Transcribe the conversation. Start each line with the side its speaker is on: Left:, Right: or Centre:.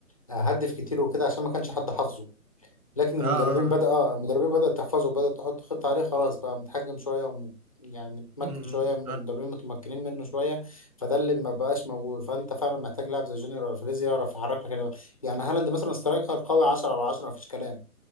Left: آه، هدف كتير وكده عشان ما كانش حد حافظه لكن المدربين
Right: اه اه
Left: بدأ
Right: اه
Left: اه المدربين بدأت تحفظه بدأت تحط خطة عليه خلاص بقى متحجم شوية ومت... يعني متمكن
Right: م- م-
Left: شوية المدربين
Right: اه
Left: متمكنين منه شوية فده اللي ما بقاش موجود فأنت فعلا محتاج لاعب زي جونيور الفريز يعرف يحرك لك ال- يعني هالاند مثلا سترايكر قوي 10 على 10 مفيش كلام